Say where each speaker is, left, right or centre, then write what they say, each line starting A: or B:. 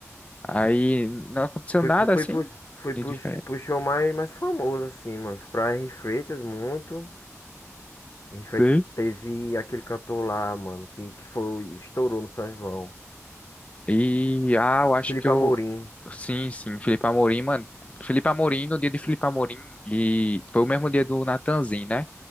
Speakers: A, on the left; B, on the left.
A: Aí não aconteceu
B: Foi,
A: nada
B: pro- foi,
A: assim
B: pro, foi pro,
A: de diferente.
B: pro show mais, mais famoso, assim, mano. Pra Henri Freitas, muito. Henri Freitas
A: Sim.
B: teve aquele cantor lá, mano, que, que foi, estourou no São João.
A: E, ah, eu acho
B: Felipe
A: que eu.
B: Amorim,
A: Sim, sim, Felipe Amorim, mano. Felipe Amorim, no dia de Felipe Amorim, e foi o mesmo dia do Natanzinho, né?